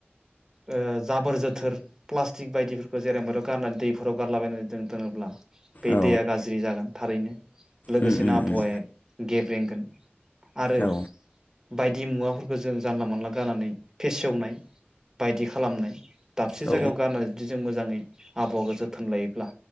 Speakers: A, on the right (about 15°); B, on the left (about 45°).
A: ओ जाबोर जोथोर प्लास्टिक बायदिफोरखौ जेरै म गारनानै दैफोराव गारलाबायनानै जों दोनोब्ला बे
B: औ
A: दैया गाज्रि जागोन थारैनो लोगोसेनो
B: उम उम
A: आबहावाया
B: उम
A: गेब्रेंगोन आरो
B: औ
A: बायदि मुवाफोरखौ जों जानला मोनानला गनानै फेसेवनाय बायदि खालामनाय दाबसे
B: औ
A: जायगायाव गारनानै जुदि जों मोजाङै आबहावाखौ जोथोन लायोब्ला